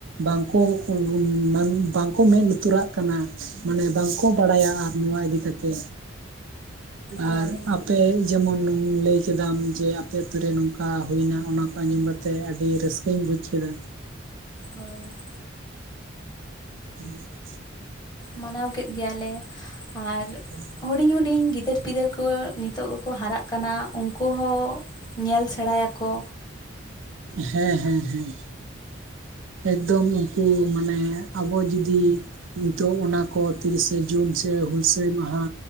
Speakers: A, on the right; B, on the left.
A: ᱵᱟᱝ ᱠᱚ ᱢᱟᱱᱮ ᱵᱟᱝ ᱠᱚ ᱢᱮᱸᱫ ᱞᱩᱛᱩᱨᱟᱜ ᱠᱟᱱᱟ ᱢᱟᱱᱮ ᱵᱟᱝ ᱠᱚ ᱵᱟᱲᱟᱭᱟ ᱟᱨ ᱱᱚᱣᱟ ᱤᱫᱤ ᱠᱟᱛᱮ
B: ᱦᱳᱭ
A: ᱟᱨ <unintelligible> ᱟᱯᱮ ᱡᱮᱢᱚᱱ ᱞᱟᱹᱭ ᱠᱮᱫᱟᱢ ᱡᱮ ᱟᱯᱮ ᱟᱛᱳ ᱨᱮ ᱱᱚᱝᱠᱟ ᱦᱩᱭᱱᱟ ᱚᱱᱟ ᱠᱚ ᱟᱸᱡᱚᱢ ᱠᱟᱛᱮ ᱛᱮ ᱟᱹᱰᱤ ᱨᱟᱹᱥᱠᱟᱹᱧ ᱵᱩᱡ ᱠᱮᱫᱟ
B: ᱦᱳᱭ
A: <unintelligible>
B: ᱢᱟᱱᱟᱣ ᱠᱮᱫ ᱜᱮᱭᱟᱞᱮ ᱟᱨᱼᱼ
A: <unintelligible>
B: ᱦᱩᱰᱤᱧ ᱦᱩᱰᱤᱧ ᱜᱤᱫᱟᱹᱨ ᱯᱤᱫᱟᱹᱨ ᱠᱚ ᱱᱤᱛᱚᱜ ᱜᱮ ᱠᱚ ᱦᱟᱨᱟᱜ ᱠᱟᱱᱟ ᱩᱱᱠᱩ ᱦᱚᱸᱼᱼ ᱧᱮᱞ ᱥᱮᱬᱟᱭᱟᱠᱚ᱾
A: ᱦᱮᱸ ᱦᱮᱸ ᱦᱮᱸ᱾ ᱮᱠᱫᱚᱢ ᱩᱱᱠᱩ ᱢᱟᱱᱮ ᱟᱵᱚ ᱡᱩᱫᱤ ᱱᱤᱛᱚᱜ ᱚᱱᱟᱠᱚ ᱛᱤᱨᱤᱥᱮ ᱡᱩᱱ ᱥᱮ ᱦᱩᱞᱥᱟᱹᱭ ᱢᱟᱦᱟ